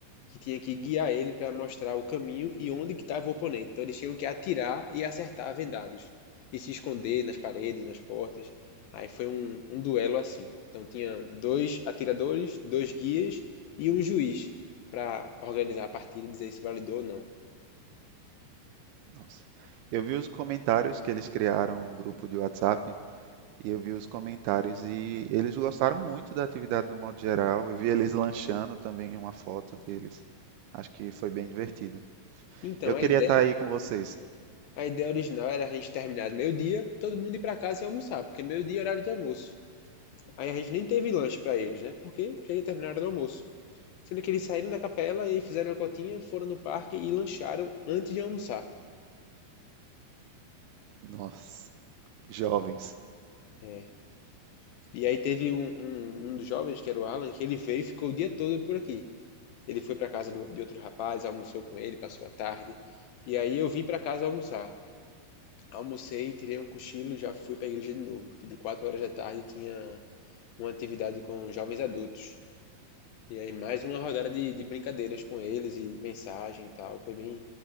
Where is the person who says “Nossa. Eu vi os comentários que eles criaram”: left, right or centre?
Right